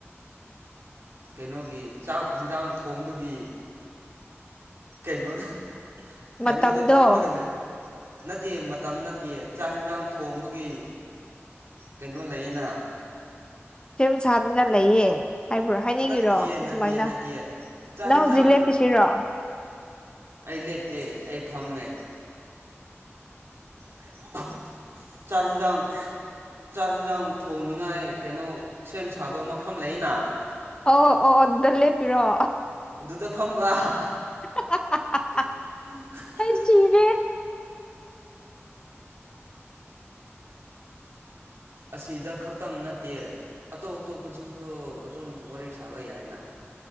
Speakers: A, on the right (about 65°); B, on the left (about 20°).
A: ꯀꯩꯅꯣꯒꯤ ꯆꯥꯛ ꯍꯤꯟꯖꯥꯡ ꯊꯣꯡꯕꯒꯤ ꯀꯩꯅꯣꯗ ꯀꯩꯅꯣꯗ
B: ꯃꯇꯝꯗꯣ
A: ꯐꯝꯃꯒꯂꯩ <unintelligible> ꯅꯠꯇꯤꯌꯦ ꯃꯇꯝ ꯅꯠꯇꯤꯌꯦ ꯆꯥꯛ ꯏꯟꯁꯥꯡ ꯊꯣꯡꯕꯒꯤ ꯀꯩꯅꯣ ꯂꯩꯌꯦꯅ꯫
B: ꯁꯦꯝ ꯁꯥꯗꯅ ꯂꯩꯌꯦ꯫ ꯍꯥꯏꯕ꯭ꯔꯣ ꯍꯥꯏꯅꯤꯡꯉꯤꯔꯣ
A: ꯅꯠꯇꯤꯌꯦ
B: ꯑꯗꯨꯃꯥꯏꯅ
A: ꯅꯠꯇꯤꯌꯦ ꯅꯠꯇꯤꯌꯦ ꯆꯥꯛ
B: ꯅꯪ
A: ꯍꯤꯟꯖꯥꯡ
B: ꯍꯧꯖꯤꯛ ꯂꯦꯞꯄꯤꯁꯤꯔꯣ꯫
A: ꯑꯩ ꯂꯦꯝꯇꯦ ꯑꯩ ꯐꯝꯃꯦ ꯑꯩ ꯄ ꯆꯥꯛ ꯌꯦꯟꯁꯥꯡ ꯆꯥꯛ ꯏꯟꯁꯥꯡ ꯊꯣꯡꯅꯤꯉꯥꯏ ꯀꯩꯅꯣ ꯁꯦꯝ ꯁꯥꯕ ꯃꯐꯝ ꯂꯩꯌꯦꯅ
B: ꯑꯣ ꯑꯣ ꯑꯗꯨꯗ ꯂꯦꯞꯄꯤꯔꯣ
A: ꯑꯗꯨꯗ ꯐꯝꯕ
B: <inaudible>
A: <inaudible>
B: ꯑꯩ ꯁꯤꯔꯦ
A: ꯑꯁꯤꯗ ꯈꯛꯇꯪ ꯅꯠꯇꯦ ꯑꯇꯣꯞ ꯑꯇꯣꯞꯄꯗꯁꯨ ꯑꯗꯨꯝ ꯋꯥꯔꯤ ꯁꯥꯕ ꯌꯥꯏꯅ